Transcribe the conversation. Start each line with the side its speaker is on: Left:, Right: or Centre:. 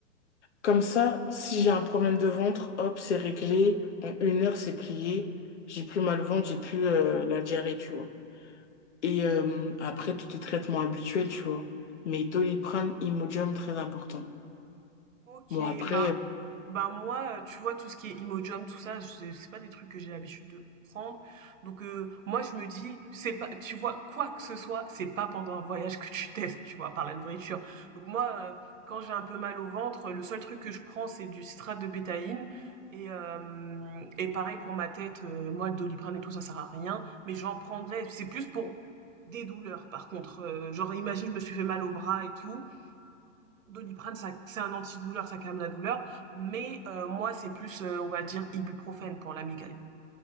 Left: Comme ça, si j'ai un problème de ventre, hop, c'est réglé. En une heure, c'est plié. J'ai plus mal au ventre, j'ai plus euh, la diarrhée, tu vois. Et euh, après, tous les traitements habituels, tu vois. Mais Doliprane, Imodium, très important.
Right: Ok,
Left: Bon, après,
Right: ben Bah, moi, heu, tu vois tout ce qui est Imodium tout ça, c'est c'est pas des trucs que j'ai l'habitude de prendre donc heu, moi je me dis, c'est pas tu vois? Quoi que ce soit, c'est pas pendant un voyage que tu testes, tu vois? Par la nourriture donc moi, heu, quand j'ai un peu mal au ventre, le seul truc que je prends c'est du citrate de bétaïne et hem et pareil pour ma tête, heu, moi le Doliprane et tout ça sert à rien mais j'en prendrais, c'est plus pour des douleurs par contre, heu, genre imagine je me suis fait mal au bras et tout, Doliprane, ça c'est un antidouleur, ça calme la douleur, mais heu, moi, c'est plus, heu, on va dire ibuprofène pour la migraine.